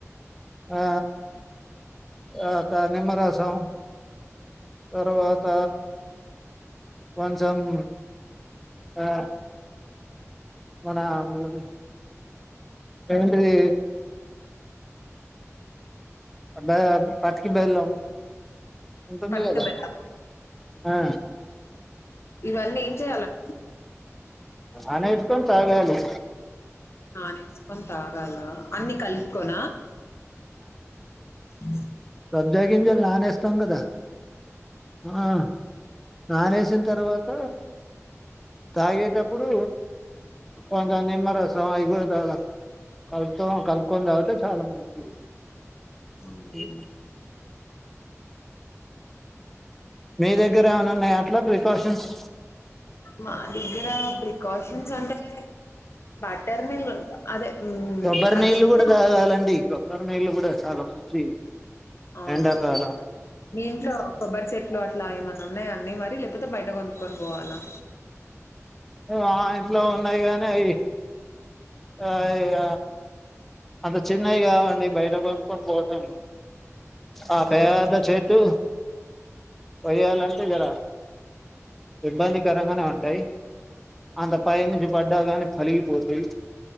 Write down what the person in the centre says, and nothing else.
ఆ ఆ త నిమ్మ రసం. తర్వాత కొంచమ్, ఆ మన మున్ ఏంటిది అబ్బే పట్టికి బెల్లం. ఉంటుంది
కదా ఆ
అనేత్ కొని తాగాలి.
సబ్జగింజలు నానేస్ తం కదా, ఆ నానేేసిన తర్వాత తాగేటప్పుడు కొంజం నిమ్మరస్ చొ అయి కూడా దాద, కల్పుతొనో కల్పుకొన్ తావుతే చాలా మంచి
ఇ మీ దగ్గర ఏమన ఉన్నాయా అట్ల ప్రికాషన్స్
కొబ్బరి
నీళ్లు కూడా తాగాలండి
కొ బ్బరినీళ్ళు కూడా చాలా మంచివి.
ఎండాకాలం
ఆ ఇంట్లో ఉన్నాయి కాని అవి ఏ ఇగ, అవి చిన్నయి కావండి బయట కొనుక్కొని బోటంగు ఆ పేధ
చె ట్టు వయ్యాలంటే ఇగడ, ఇబ్బందికరంగానే ఉంటయి, అంత పై నుంచి పడ్డాగాని పలిగిపోతయి